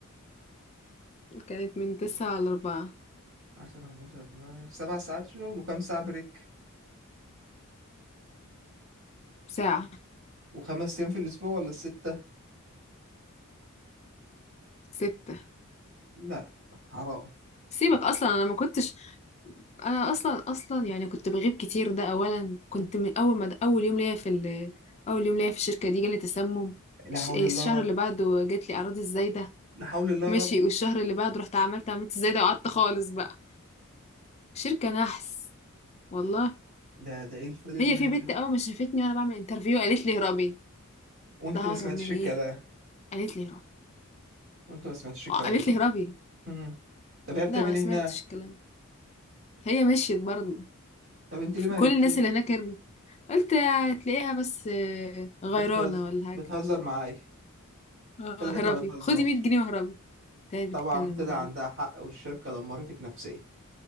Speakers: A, on the left; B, on the right.
A: كانت من تسعة لأربعة
B: 10 11 12 سبع ساعات شغل وكام ساعة بريك
A: ساعة
B: وخمس أيام في الأسبوع ولا الستة
A: ستة
B: لا حرام
A: سيبك أصلا أنا ما كنتش انا اصلا اصلا يعني كنت بغيب كتير ده اولا كنت
B: م.
A: من اول ما د- اول يوم ليا في ال... اول يوم ليا في الشركه دي جالي تسمم
B: لا
A: الش-
B: حول
A: الشهر
B: الله يا رب
A: اللي بعده جات لي اعراض الزايده
B: لا حول الله يا
A: ماشي
B: رب
A: والشهر اللي بعده رحت عملت عملت الزايده وقعدت خالص بقى شركه نحس والله
B: ده ده إيه الفل الوحش
A: هي في بنت
B: ده
A: اول ما شافتني وانا بعمل انترفيو قالت لي هربي
B: وأنت
A: لا ههرب
B: ما سمعتش
A: من
B: الكلام
A: ايه قالت لي هربي
B: وأنت ما سمعتش الكلام
A: آه، قالت
B: طبعا
A: لي هربي
B: م. طب هي
A: لا
B: بتعمل
A: ما
B: إيه
A: سمعتش
B: هناك
A: الكلام هي مشيت برضه
B: طب أنت ليه ما
A: كل
B: هربتي
A: الناس اللي هناك هربت قلت هتلاقيها بس آه،
B: بتهزر
A: غيرانه ولا حاجه
B: بتهزر معايا
A: اه
B: طلعت
A: هربي
B: ما بتهزرش
A: خدي 100 جنيه وهربي تعالي بتتكلم
B: طبعا طلع
A: بجد
B: عندها حق والشركة دمرتك نفسيا